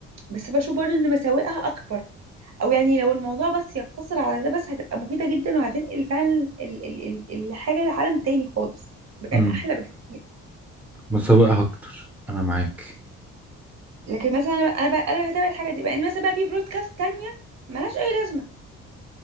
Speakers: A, on the right (about 60°); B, in the centre.
A: بس بشوف برضو إن مساوئها أكبر أو يعني لو الموضوع بس يقتصر على ده بس هتبقى مفيدة جدا وهتنقل فعلا ال- ال- ال- الحاجة لعالم تاني خالص مكان
B: امم
A: أحلى بكتير
B: مسوقها اكتر انا معاك
A: لكن مثلا انا انا بقى انا بقى هتابع الحاجه دي بقى ان مثلا بقى في برودكاست تانية ملهاش اي لازمه